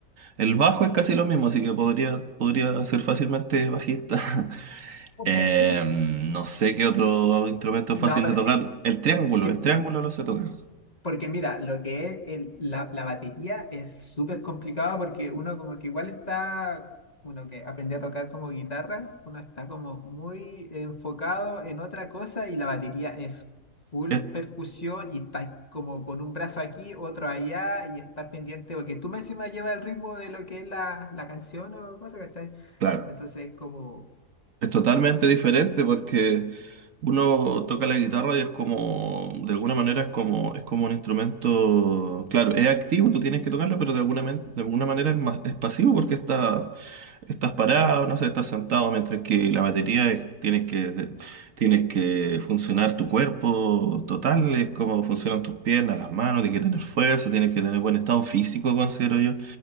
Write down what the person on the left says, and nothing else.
Sí.
No,
pero
eh,
sí,
Porque mira, lo que es el- la, la batería es súper complicado porque uno como que igual está, uno que aprendió a tocar como guitarra, uno está como muy enfocado en otra cosa y la batería es full
percusión y está como con un brazo aquí, otro allá y estar pendiente porque tú me encima llevas el ritmo de lo que es la, la canción o cosa, ¿cachai?
Entonces es como